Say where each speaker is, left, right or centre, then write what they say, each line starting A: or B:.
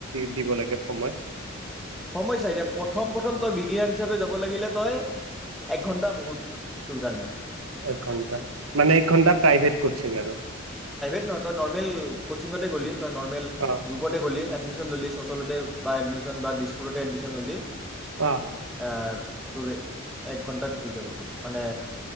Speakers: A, on the right; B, in the centre.
A: দিব লাগে সময়?
B: সময়্যা এতিয়া প্ৰথম প্ৰথম তই কিনাৰ হিচাপে যাব লাগিলে, তই একঘণ্টা বহুত। টোৰ কাৰণে।
A: একঘণ্টা মানে, এক ঘণ্টা প্ৰাইভেট কোচিং আৰু।
B: নহ তই নৰ্মেল কোচিঙতে গ'লি। নৰ্মেল
A: অ
B: গ্ৰূপতে গ'লে এডমিছ চচলতে বা এডমিচন বা দিচ ক'োতে <unintelligible> এডমিশন ল'লি। এ,
A: অ
B: তোৰ এক ঘন্টাাত হৈ যাব টোৰ, মানে